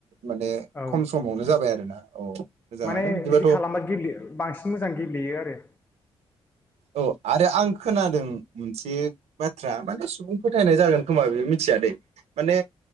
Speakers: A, on the right; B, on the left.
A: माने
B: औ
A: खम समावनो जाबाय आरो ना। औ। मोजाङानो
B: माने
A: बिदिबाथ'
B: बिदि खालामबा गेब्लेयो बांसिन मोजां गेब्लेयो आरो।
A: औ आरो आं खोनादों मोनसे बाथ्रा माने सुबुं फोथायनाय जागोन खोमा बे मिथियाादे माने